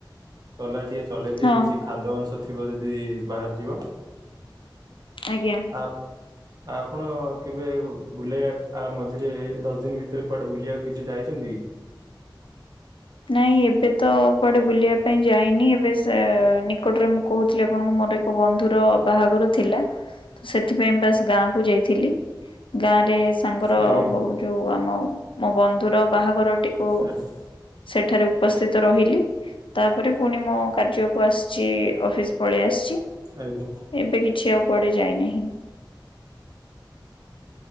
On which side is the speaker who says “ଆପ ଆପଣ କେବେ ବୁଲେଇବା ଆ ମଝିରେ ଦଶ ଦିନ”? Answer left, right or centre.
Right